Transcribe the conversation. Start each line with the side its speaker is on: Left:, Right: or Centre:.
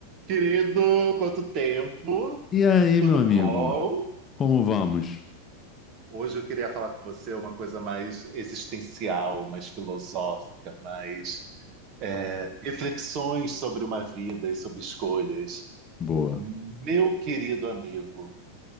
Right: Querido, quanto tempo?
Left: E aí,
Right: Tudo
Left: meu amigo,
Right: bom?
Left: como vamos?
Right: Hoje eu queria falar com você uma coisa mais existencial, mais filosófica, mais é, reflexões sobre uma vida e sobre escolhas.
Left: Boa.
Right: Meu querido amigo,